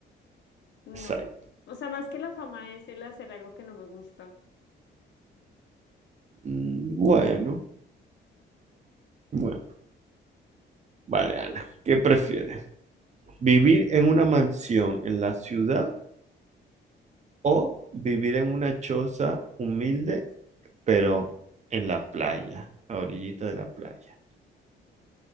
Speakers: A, on the left; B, on the right.
A: No.
B: Exacto.
A: O sea, más que la fama es el hacer algo que no me gusta.
B: Mm, Bueno, bueno. Vale, Ana. ¿Qué prefieres? ¿Vivir en una mansión en la ciudad o vivir en una choza humilde, pero en la playa, a orillita de la playa?